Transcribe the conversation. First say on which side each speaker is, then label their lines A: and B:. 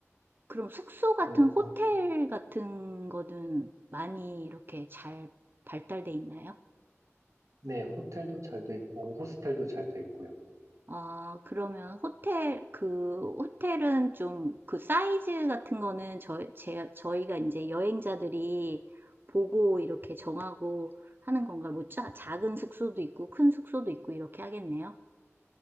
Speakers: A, on the right (about 45°); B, on the right (about 80°).
A: 그럼 숙소
B: 그러니까,
A: 같은 호텔 같은 거는 많이 이렇게 잘 발달돼 있나요?
B: 네. 호텔도 잘 돼 있고, 호스텔도 잘 돼 있고요.
A: 아 그러면 호텔 그 호텔은 좀 그 사이즈 같은 거는 저, 제, 저희가 이제 여행자들이 보고 이렇게 정하고 하는 건가? 뭐 짜, 작은 숙소도 있고 큰 숙소도 있고 이렇게 하겠네요.